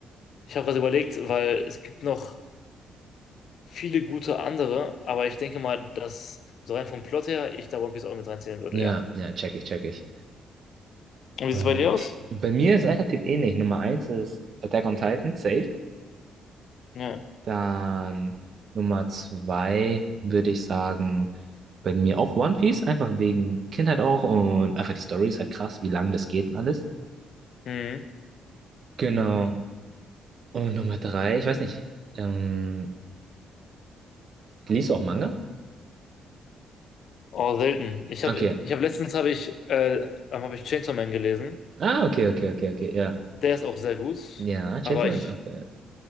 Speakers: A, on the left (about 65°); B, on the right (about 55°).
A: Ich habe was überlegt, weil es gibt noch viele gute andere, aber ich denke mal, dass so rein vom Plot her ich da One Piece auch mit reinziehen würde,
B: Ja,
A: ja.
B: ja, check ich, check ich.
A: Und
B: Äh,
A: wie sieht es bei dir aus?
B: bei mir ist relativ ähnlich. Nummer eins ist Attack on Titan, safe.
A: Ja.
B: Dann Nummer zwei würde ich sagen, bei mir auch One Piece, einfach wegen Kindheit auch und einfach die Story ist halt krass, wie lang das geht und alles.
A: Mhm.
B: Genau. Und Nummer drei, ich weiß nicht, ähm, liest du auch Manga?
A: Oh, selten. Ich habe
B: Okay.
A: ich hab letztens habe ich, äh, ähm, hab ich Chainsaw Man gelesen.
B: Ah, okay, okay, okay, okay, ja.
A: Der ist auch sehr gut,
B: Ja, Chainsaw
A: aber
B: Man
A: ich,
B: ist auch geil.